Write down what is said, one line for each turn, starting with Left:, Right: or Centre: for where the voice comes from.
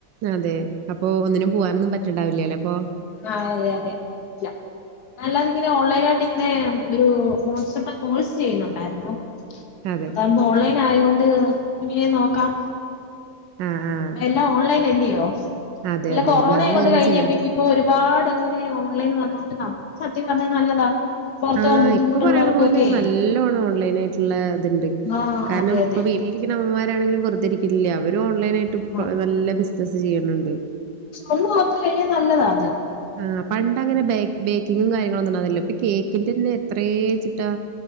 Right: അതെ അപ്പോ ഒന്നിനും പുവാനൊന്നും പറ്റ്ണ്ടാവില്ലല്ലേ അപ്പോ
Left: ആഹ് അതെ അതെ ഇല്ല അല്ലാതിങ്ങനെ ഓൺലൈൻ ആയിട്ട് ഇങ്ങനെ ഒരു മോൺസർടെ കോഴ്സ് ചെയ്യുന്നുണ്ടായിരുന്നു
Right: അതെ.
Left: അതാകുമ്പം ഓൺലൈനായോണ്ട് കുഞ്ഞിനേം നോക്കാം
Right: ആഹ് ആഹ്.
Left: എല്ലാം ഓൺലൈനല്ലിയോ
Right: അതെ
Left: ഇല്ല
Right: അതെ.
Left: കൊറോണേ
Right: ഞാനും
Left: അങ്ങോട്ട്
Right: അങ്ങനെ
Left: കഴിഞ്ഞേ
Right: ചെയ്യണത്.
Left: പിന്നെ ഇപ്പോ ഒരുപാടങ്ങനെ ഓൺലൈൻ വന്നോണ്ട് നമുക്ക് സത്യം പറഞ്ഞാ നല്ലതാ പുറത്ത്
Right: ആഹ്
Left: പോകാൻ ബുദ്ധിമുട്ടുള്ളവർക്കൊക്കെ
Right: ഇപ്പോ പറയണ പോലെ നല്ലോണം ഓൺലൈനായിട്ട്ള്ള ഇത്ണ്ട്
Left: ആഹ്
Right: കാരണം
Left: അതെ അതെ
Right: ഇപ്പം
Left: അതെ
Right: വീട്ടിലിരിക്ക്‌ന്ന അമ്മമാരാണെങ്കിലും വെർതേരി ക്കില്ല്യാ അവരും ഓൺലൈനായിട്ട്പ്പം
Left: ആഹ്
Right: നല്ല ബിസിനസ് ചെയ്യണുണ്ട്
Left: ഒന്നോർത്ത് കഴിഞ്ഞാ നല്ലതാ അത്
Right: ആഹ് പണ്ടങ്ങനെ ബേ ബേക്കിങ്ങും കാര്യങ്ങളൊന്നുംണ്ടാരുന്നില്ലല്ലോ ഇപ്പ കേക്ക് ക്കിന്റെന്നെ എത്രേ വെച്ചിട്ടാ